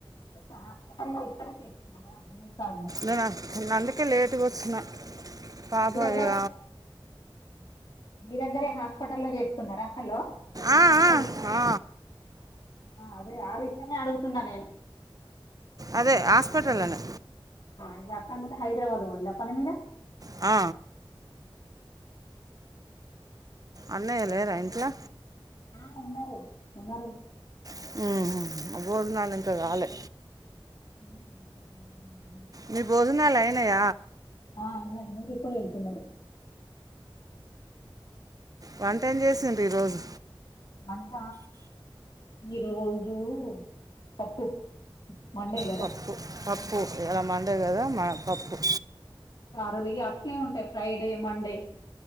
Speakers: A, on the left (about 55°); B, on the right (about 40°).
A: ఇప్పుడు హాస్పిటల్ లో ఇక్కడ చేస్తున్నారా అన్ని కా
B: <unintelligible> అందుకే లేటుగా వస్తున్న పాప
A: మీ దగ్గరే
B: ఇగ
A: మీ దగ్గరే హాస్పిటల్లో చేస్తున్నార హలో
B: ఆ, ఆ,
A: హలో
B: ఆ.
A: అదే ఆ విషయమే అడుగుతున్నా నేను
B: అదే హాస్పిటలోనే
A: <unintelligible> హైదరాబాద్ <unintelligible> పని మీద
B: ఆ అన్నయ లేరా ఇంట్లా
A: ఆ ఉన్నారు ఉన్నారు
B: <unintelligible> ఇంకా కాలే
A: తిన్నాను, మధ్యాహ్నం భోజనం తిన్నాను.
B: మీ భజనాలు అయినాయ
A: ఆ అయినాయ్ మీరు కూడా వెళ్తున్నారు
B: వంట ఏం చేసిండు ఈరోజు
A: వంట ఈ రోజు పప్పు మండే కదా
B: పప్పు పప్పు ఈయల మండే కదా పప్పు
A: <unintelligible> అట్నే ఉంటాయి ఫ్రైడే మండే